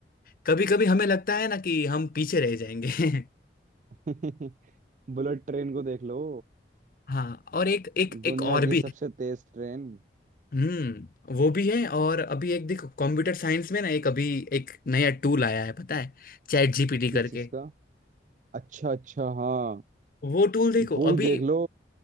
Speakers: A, on the left; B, on the right.
A: कभी कभी हमें लगता है ना कि हम पीछे रह जाएंगे <laughs>
B: <laughs> बुलेट ट्रेन को देख लो
A: हाँ और एक एक एक
B: दुनिया
A: और
B: की
A: भी
B: सबसे
A: है।
B: तेज ट्रेन
A: हम्म वो भी है और अभी एक देखो कंप्यूटर साइंस में ना एक अभी एक नया टूल आया है पता है चैट जीपीटी करके
B: किस चीज का अच्छा अच्छा हाँ
A: वो टूल देखो
B: वो ही
A: अभी
B: देख लो